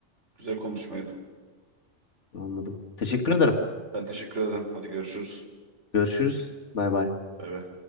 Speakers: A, on the right; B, on the left.
A: Güzel konuşmaydı.
B: Anladım. Teşekkür ederim.
A: Ben teşekkür ederim. Hadi görüşürüz.
B: Görüşürüz. Bay bay.
A: Bay bay.